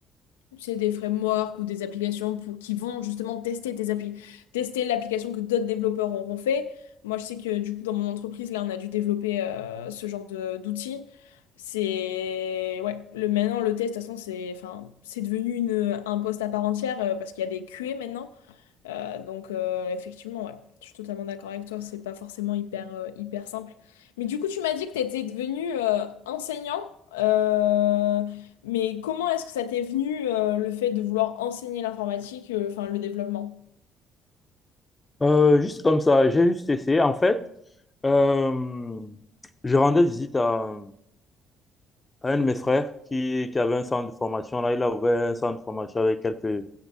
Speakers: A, on the left; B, on the left.
A: c'est des frameworks ou des applications pour, qui vont justement tester tes appli- tester l'application que d'autres développeurs auront fait. Moi, je sais que du coup, dans mon entreprise, là, on a dû développer euh, ce genre de d'outils. C'est ouais, le maintenant le test, de toute façon, c'est enfin, c'est devenu une, un poste à part entière euh, parce qu'il y a des QA maintenant. Euh, donc euh, effectivement, ouais, je suis totalement d'accord avec toi, c'est pas forcément hyper, euh, hyper simple. Mais du coup, tu m'as dit que tu étais devenu euh, enseignant, euh, mais comment est-ce que ça t'est venu euh, le fait de vouloir enseigner l'informatique, euh, enfin le développement?
B: Euh, juste comme ça, j'ai juste essayé. En fait, Euh, je rendais visite à, à un de mes frères qui, qui avait un centre de formation. Là, il a ouvert un centre de formation avec quelques,